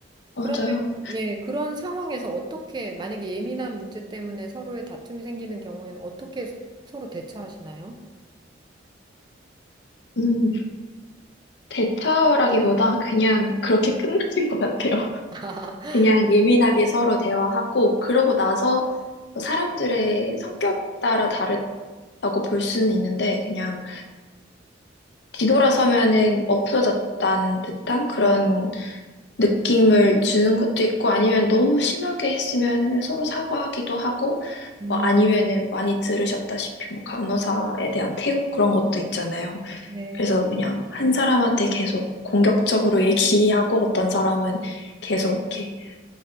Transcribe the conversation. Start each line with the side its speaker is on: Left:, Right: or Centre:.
Left: 맞아요.
Right: 그러면, 예, 그런 상황에서 어떻게, 만약에 예민한 문제 때문에 서로의 다툼이 생기는 경우에는 어떻게 서로 대처하시나요?
Left: 음, 대처라기보다 그냥 그렇게 <laughs> 끝나는 것 같아요.
Right: <laughs>
Left: 그냥 예민하게 서로 대화하고, 그러고 나서 뭐 사람들의 성격 따라 다르다고 볼 수는 있는데, 그냥 뒤돌아서면은 없어졌다는 듯한 그런
Right: 아,
Left: 느낌을 주는 것도 있고 아니면 너무 심하게 했으면은 서로 사과하기도 하고
Right: 음,
Left: 뭐 아니면은 많이 들으셨다시피 뭐 간호사에 대한 태움 그런 것도 있잖아요.
Right: 네.
Left: 그래서 그냥 한 사람한테 계속 공격적으로 <laughs> 얘기하고 어떤 사람은 계속 이렇게